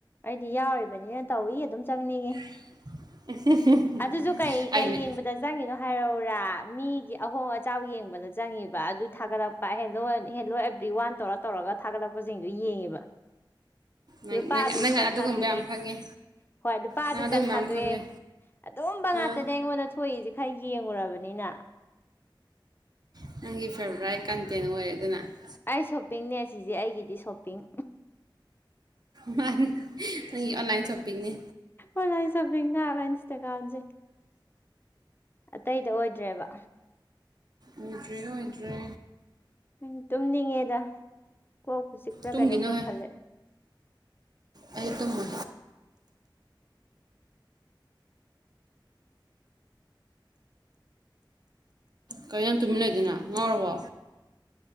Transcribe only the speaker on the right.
<unintelligible>
ꯑꯩꯅ
ꯅꯪ
ꯅꯪ
ꯅꯪ ꯑꯗꯨꯒꯨꯝꯕ
ꯌꯥꯝ ꯈꯪꯉꯦ
ꯅꯪ ꯑꯗꯨꯒꯨꯝꯕ
ꯌꯥꯝ ꯈꯪꯉꯦ
ꯑꯥ
<unintelligible>
ꯃꯥ ꯑꯩ ꯑꯣꯟꯂꯥꯏꯟ ꯁꯣꯄꯤꯡꯅꯦ
ꯑꯣꯏꯏꯗ꯭ꯔꯦ ꯑꯣꯏꯗ꯭ꯔꯦ
ꯇꯨꯝꯒꯤꯅꯣꯍꯦ
ꯑꯩ ꯇꯃ ꯀꯔꯤ ꯌꯥꯝ ꯇꯨꯃꯤꯟꯅ ꯂꯩꯩꯗꯅ ꯉꯥꯎꯔꯕꯣ